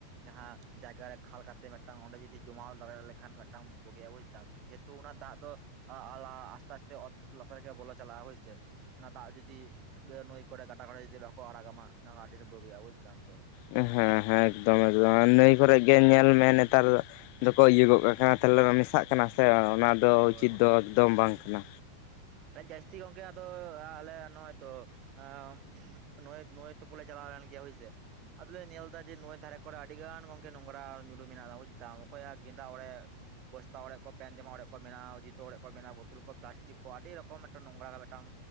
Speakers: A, on the right; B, on the left.
A: ᱡᱟᱦᱟᱸ ᱡᱟᱭᱜᱟ ᱨᱮ ᱠᱷᱟᱞ ᱠᱟᱛᱮ ᱢᱤᱫᱴᱟᱝ ᱚᱸᱰᱮ ᱡᱩᱫᱤ ᱡᱚᱢᱟᱣ ᱫᱟᱲᱮ ᱞᱮᱠᱷᱟᱱ ᱢᱤᱫᱴᱟᱝ ᱵᱩᱜᱤᱭᱟ ᱵᱩᱡᱽ ᱮᱫᱟᱢ ᱡᱮᱦᱮᱛᱩ ᱚᱱᱟ ᱫᱟᱜ ᱫᱚ ᱟᱥᱛᱮ ᱟᱥᱛᱮ ᱚᱛ ᱞᱟᱛᱟᱨ ᱜᱮ ᱵᱚᱞᱚ ᱪᱟᱞᱟᱜᱼᱟ ᱦᱳᱭᱥᱮ᱾ ᱚᱱᱟ ᱫᱟᱜ ᱡᱩᱫᱤ ᱱᱟᱹᱭ ᱠᱚᱨᱮ ᱜᱟᱰᱟ ᱠᱚᱨᱮ ᱡᱩᱫᱤ ᱵᱟᱠᱚ ᱟᱲᱟᱜᱼᱟ ᱢᱟ ᱚᱱᱟ ᱠᱚ ᱟᱹᱰᱤ ᱰᱷᱮᱨ ᱵᱟᱹᱜᱤᱼᱟ ᱵᱩᱡᱽ ᱮᱫᱟᱢ ᱛᱚ᱾
B: ᱦᱮᱸ ᱦᱮᱸ ᱮᱠᱫᱚᱢ ᱮᱠᱫᱚᱢ ᱟᱨ ᱱᱟᱹᱭ ᱠᱚᱨᱮ ᱜᱮ ᱧᱮᱞ ᱢᱮ ᱱᱮᱛᱟᱨ ᱫᱚ ᱫᱚᱠᱚ ᱤᱭᱟᱹ ᱜᱚᱜ ᱠᱟᱜ ᱠᱟᱱᱟ ᱛᱟᱦᱚᱞᱮ ᱚᱱᱟ ᱢᱮᱥᱟᱜ ᱠᱟᱱᱟ ᱥᱮ ᱚᱱᱟ ᱫᱚ
A: ᱦᱳᱭ
B: ᱩᱪᱤᱛ
A: ᱦᱳᱭ
B: ᱫᱚ ᱮᱠᱫᱚᱢ ᱵᱟᱝ ᱠᱟᱱᱟ᱾
A: ᱡᱟᱹᱥᱛᱤ ᱜᱚᱝᱠᱮ ᱟᱫᱚ ᱟᱞᱮ ᱱᱚᱜ-ᱚᱭ ᱛᱚ ᱟᱸᱜ ᱱᱚᱭ ᱱᱟᱭ ᱛᱩᱯᱩᱞᱮ ᱪᱟᱞᱟᱣᱞᱮᱱ ᱜᱮᱭᱟ ᱦᱳᱭᱥᱮ᱾ ᱟᱫᱚᱞᱮ ᱧᱮᱞ ᱫᱟ ᱡᱮ ᱱᱚᱣᱟ ᱫᱷᱟᱨᱮ ᱠᱚᱨᱮ ᱟᱹᱰᱤ ᱜᱟᱱ ᱜᱚᱝᱠᱮ ᱱᱚᱝᱨᱟ ᱧᱩᱨᱩ ᱢᱮᱱᱟᱜ-ᱟ ᱵᱩᱡᱽ ᱫᱟᱢ ᱚᱠᱚᱭᱟᱜ ᱜᱮᱸᱫᱟᱜ ᱚᱲᱮᱡ ᱵᱚᱥᱛᱟ ᱚᱲᱮᱡ ᱠᱚ ᱯᱮᱱ ᱡᱟᱢᱟ ᱚᱲᱮᱡ ᱠᱚ ᱢᱮᱱᱟᱜ-ᱟ, ᱡᱩᱛᱟᱹ ᱚᱲᱮᱡ ᱠᱚ ᱢᱮᱱᱟᱜ-ᱟ ᱵᱳᱛᱚᱞ ᱠᱚ ᱯᱞᱟᱥᱴᱤᱠ ᱠᱚ ᱟᱹᱰᱤ ᱨᱚᱠᱚᱢ ᱢᱤᱫᱴᱟᱝ ᱱᱚᱝᱨᱟ ᱢᱤᱫᱴᱟᱝ